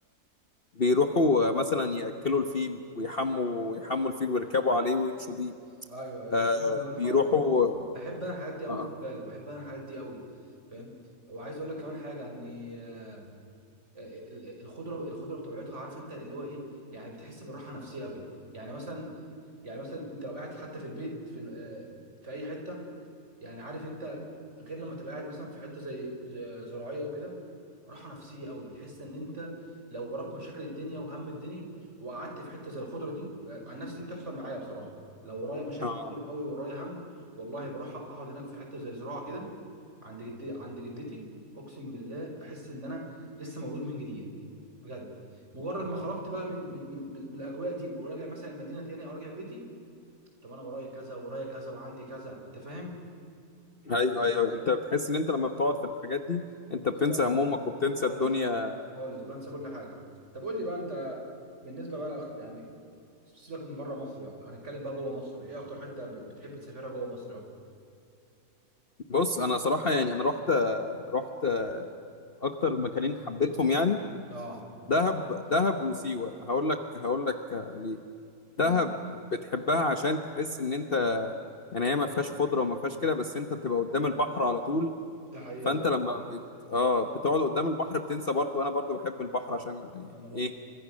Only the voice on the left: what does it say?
بيروحوا آه، مثلا يأكلوا الفيل ويحموا يحموا الفيل ويركبوا عليه ويمشوا بيه
آه
بيروحوا
آه
آه
ايوه ايوه انت بتحس ان انت لما بتقعد في الحاجات دي انت
بتنسى همومك وبتنسى
الدنيا
بص انا صراحة يعني انا رحت آه، رحت آه، اكتر مكانين حبيتهم يعني
دهب دهب وسيوة هقول لك هقول لك آه، ليه
دهب بتحبها عشان تحس ان انت يعني هي ما فيهاش خضره وما فيهاش كده بس انت بتبقى قدام البحر على طول
فانت لما بت... اه بتقعد قدام البحر بتنسى برضو انا برضو بحب البحر عشان يعني
ايه